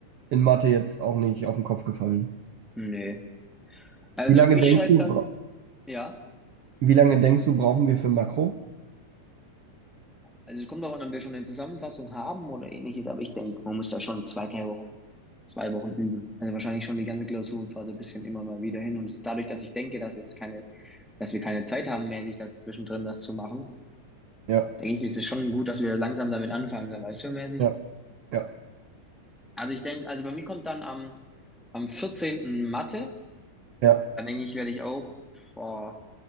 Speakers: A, on the right (about 80°); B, in the centre.
A: in Mathe jetzt auch nicht auf den Kopf gefallen.
B: Nee. Also
A: Wie lange
B: ich
A: denkst
B: schreibe
A: du,
B: dann, ja.
A: wie lange denkst du, brauchen wir für Makro?
B: Also es kommt darauf an, ob wir schon eine Zusammenfassung haben oder ähnliches, aber ich denke, man muss da schon zwei, drei Wochen, zwei Wochen üben. Also wahrscheinlich schon die ganze Klausurenphase ein bisschen immer mal wieder hin. Und es- dadurch, dass ich denke, dass wir jetzt keine, dass wir keine Zeit haben, mäßig dazwischen drin das zu machen,
A: Ja,
B: denke ich, ist es schon gut, dass wir langsam damit anfangen, so weißt du, mäßig.
A: ja, ja,
B: Also ich denke, also bei mir kommt dann am, am vierzehnten Mathe.
A: ja.
B: Dann denke ich, werde ich auch vor